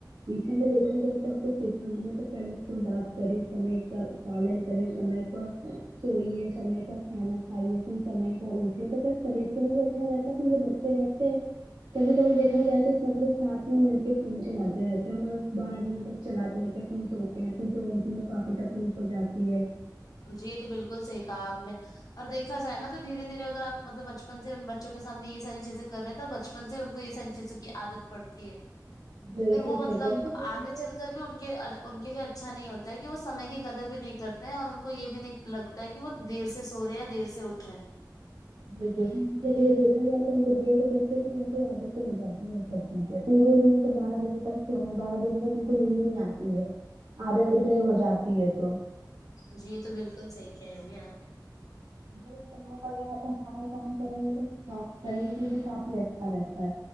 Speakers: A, on the right; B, on the left.
A: پیچے میں دیکھا جائے تو آپ کو سکھوانا تو پہلے خود آپ کریں سمے کا پالن کرے سمے سوئیے سمے پر کھانا کھائیے تھے سمے پر اٹھے تو کیا شریر کے لیے بھی اچھا رہتا ہے کیے بچے رہتے کبھی کبھی دیکھا جائے تو سب لوگ ساتھ مل کے فون چلاتے رہتے ہیں مست بارہ بجے تک چلاتے رہتے کہیں سےو ہوتے ہیں پھر سے بی میں کافی تکلیف ہو جاتی ہے
B: جی یہ تو بالکل صحیح کہا آپ نے اور دیکھا جائے نا تو دھیر دھیرے اگر آپ مطلب بچپن سے ان بچوں سامنے یہ ساری چیزیں کر رہے ہیں تو بچپن سے ان کو یہ ساری چیزوں کی عادت پڑتی ہے
A: بالکل
B: پھر وہ
A: صحیح
B: مطلب
A: کہہ رہی ہیں دھیرے
B: آگے
A: دھیرے
B: چل کر بھی ان کے ان کے لیے اچھا نہیں ہوتا ہے کہ وہ سمے کی قدر بھی نہیں کرتے ہیں اور کو یہ بھی نہیں لگتا ہے کہ وہ دیر سے سو رہے ہیں یا دیر سے اٹھ رہے ہیں
A: ب ان د دیکھا جائے تو ان د کو دیکھتے تو ان سے عادتیں ہو جاتی ہیں اچھیک ہے اتنے دوز ان کو بارہ بجے تک ہونا ہے بارہ بجے تک ان کو نیندے نہیں آتی ہے عادت اتنی ہو جاتی ہے تو
B: جی یہ تو بالکل صحیح کہہ رہی ہیں آپ
A: س وغیرہ توان <unintelligible> کام کریں گے تو شریر میں بھی کافی اچھا رہتا ہے